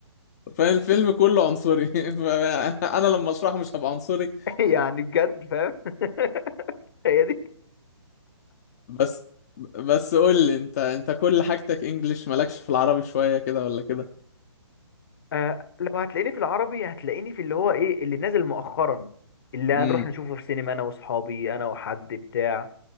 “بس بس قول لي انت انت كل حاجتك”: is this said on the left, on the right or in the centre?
Left